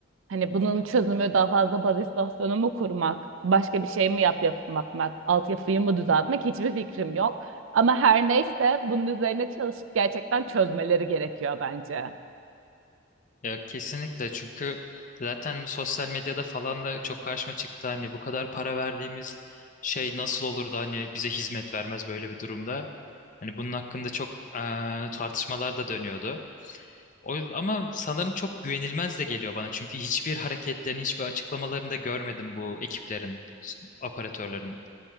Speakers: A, on the right (about 80°); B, on the left (about 40°).
A: Hani bunun çözümü daha fazla baz istasyonu mu kurmak, başka bir şey mi yap yapmak, altyapıyı mı düzeltmek hiçbir fikrim yok. Ama her neyse bunun üzerine çalışıp gerçekten çözmeleri gerekiyor bence.
B: Ya kesinlikle çünkü zaten sosyal medyada falan da çok karşıma çıktı hani bu kadar para verdiğimiz şey nasıl olur da hani bize hizmet vermez böyle bir durumda. Hani bunun hakkında çok eee, tartışmalar da dönüyordu. O, yüz- ama sanırım çok güvenilmez de geliyor bana çünkü hiçbir hareketlerini, hiçbir açıklamalarını da görmedim bu ekiplerin, s- operatörlerin.